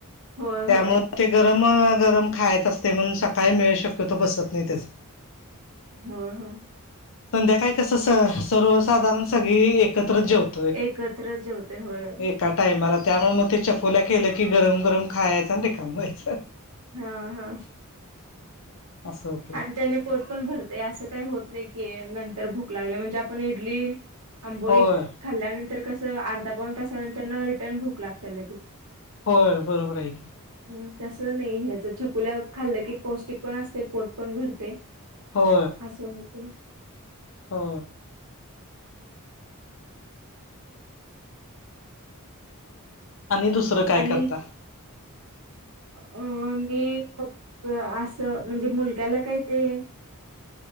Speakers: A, on the right (about 75°); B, on the left (about 60°).
A: होय
B: त्यामुळे
A: होय
B: ते गरम गरम खायच असते म्हणून सकाळी मिळू शक्यतो बसत नाही त्याच.
A: हो हो.
B: संध्या काय कस स सर्वसाधारण सगळी एकत्र जेवत.
A: एकत्र जेवते होय.
B: का टायमाला त्यामुळे मग ते चकोला केलं की गरम गरम खायचं र कामायच.
A: हा हा.
B: अस असंते.
A: आणि त्याने पोत पण भरतय असं काही होत नाही की नंतर भूक लागली म्हणजे आपण इडली. आंबोळी
B: होय
A: खाल्ल्यानंतर कसं अर्धा पाऊन तासानंतर न रिटर्न भूक लागते लगेच.
B: होय बरोबर आहेऐक.
A: हम् तस नाही ह्याच चकुल्या खाल्लं की पौष्टिक पण असते पोट पण भडते.
B: हो.
A: असं होत.
B: हा. आणि दुसरं. काय
A: आणि.
B: करता
A: अ मी मग असं म्हणजे मुलग्याला काय ते